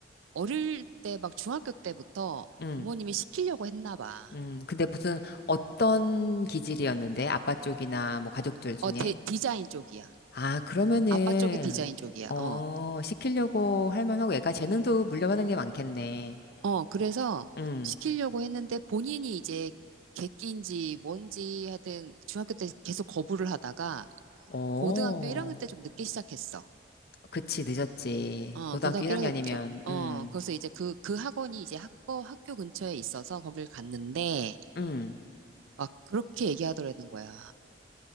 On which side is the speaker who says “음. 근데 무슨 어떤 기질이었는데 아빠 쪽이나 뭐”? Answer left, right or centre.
Left